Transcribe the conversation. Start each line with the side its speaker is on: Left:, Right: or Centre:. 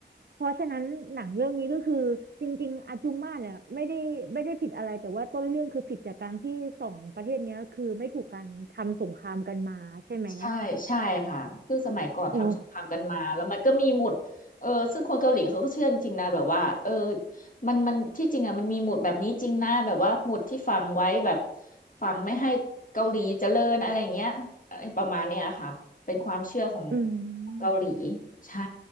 Right: เพราะฉะนั้นหนังเรื่องนี้ก็คือจริงๆอาจุมมาเนี่ยไม่ได้ไม่ได้ผิดอะไรแต่ว่าต้นเรื่องคือผิดจากการที่สองประเทศเนี้ยคือไม่ถูกกันทำสงครามกันมาใช่ไหม
Left: ใช่ใช่ค่ะคือสมัยก่อนทำสงครามกันมาแล้วมันก็มีหมุดเออซึ่งคนเกาหลีเขาก็เชื่อจริงๆนะแบบว่าเออ
Right: โอ้
Left: มันมันที่จริงอ่ะมันมีหมุดแบบนี้จริงนะแบบว่าหมุดที่ฝังไว้แบบฝังไม่ให้เกาหลีเจริญอะไรอย่างเงี้ยอะไรประมาณเนี้ยค่ะเป็นความเชื่อของ
Right: อืม
Left: เกาหลีใช่